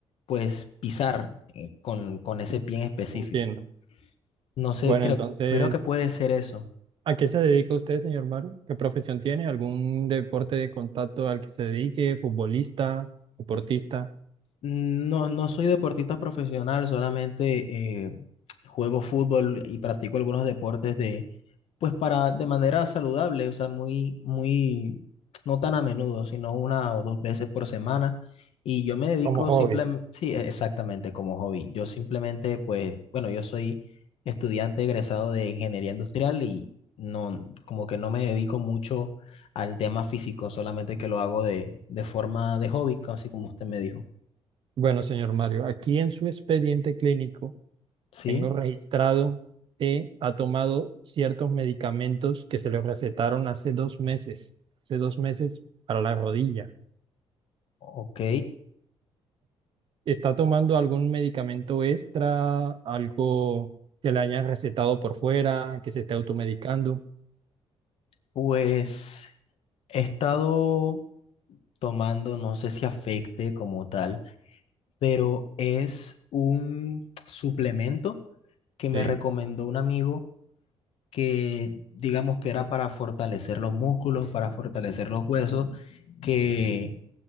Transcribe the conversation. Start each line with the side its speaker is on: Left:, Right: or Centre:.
Left: pues pisar eh, con, con ese pie en específico.
Right: Entiendo.
Left: No sé,
Right: Bueno,
Left: creo,
Right: entonces,
Left: creo que puede ser eso.
Right: ¿a qué se dedica usted, señor Maru? ¿Qué profesión tiene? ¿Algún deporte de contacto al que se dedique? ¿Futbolista? ¿Deportista?
Left: No, no soy deportista profesional, solamente eh, juego fútbol y practico algunos deportes de, pues para, de manera saludable, o sea, muy, muy, no tan a menudo, sino una o dos veces por semana. Y yo me dedico
Right: como hobby.
Left: simplemente, sí, e- exactamente como hobby. Yo simplemente, pues, bueno, yo soy estudiante egresado de ingeniería industrial y no, como que no me dedico mucho al tema físico, solamente que lo hago de, de forma de hobby, así como usted me dijo.
Right: Bueno, señor Mario, aquí en su expediente clínico
Left: Sí,
Right: tengo registrado que ha tomado ciertos medicamentos que se le recetaron hace dos meses, hace dos meses para la rodilla.
Left: ok.
Right: ¿Está tomando algún medicamento extra, algo que le hayan recetado por fuera, que se esté automedicando?
Left: Pues he estado tomando, no sé si afecte como tal, pero es un suplemento que me
Right: Sí.
Left: recomendó un amigo que digamos que era para fortalecer los músculos, para fortalecer los huesos, que,